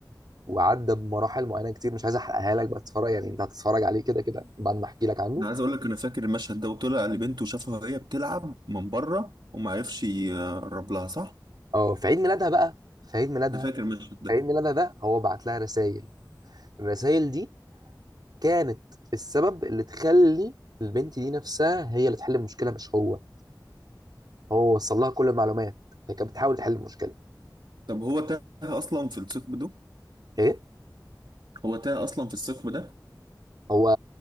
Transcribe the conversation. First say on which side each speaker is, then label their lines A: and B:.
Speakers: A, on the right; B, on the right.
A: وعدى بمراحل معينه كتير مش عايز احرقها لك بقى تتفرج يعني انت هتتفرج عليه كده كده بعد ما احكي لك عنه
B: انا عايز اقول لك انا فاكر المشهد ده وطلع لبنته وشافها وهي بتلعب من بره وما عرفش يقرب لها صح
A: اه في عيد ميلادها بقى في عيد ميلادها
B: انا فاكر المشهد ده
A: في عيد ميلادها ده هو بعت لها رسائل الرسائل دي كانت السبب اللي تخلي البنت دي نفسها هي اللي تحل المشكله مش هو هو وصل لها كل المعلومات هي كانت بتحاول تحل المشكله
B: طب هو تاه اصلا في الثقب ده
A: ايه
B: هو تاه اصلا في الثقب ده
A: هو